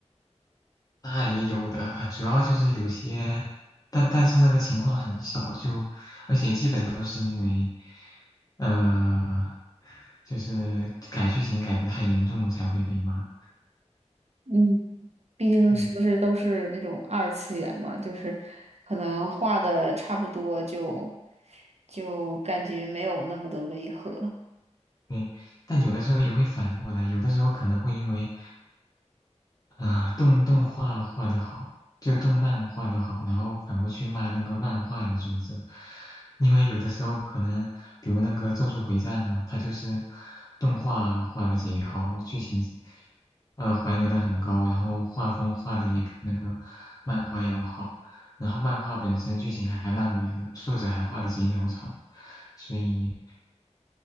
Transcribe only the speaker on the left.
那也有的，主要就是有些，但但是那个情况很少，就而且基本都是因为，呃，就是改剧情改的太严重才会被骂。
嗯，
对，但有的时候也会反过来，有的时候可能会因为。啊、动动画画的好，就动漫画的好，然后反过去骂那个漫画的作者，因为有的时候可能，比如那个《咒术回战》啊，它就是动画画的贼好，剧情呃还原的很高，然后画风画的也比那个漫画要好，然后漫画本身剧情还烂尾了，作者还画的贼潦草，所以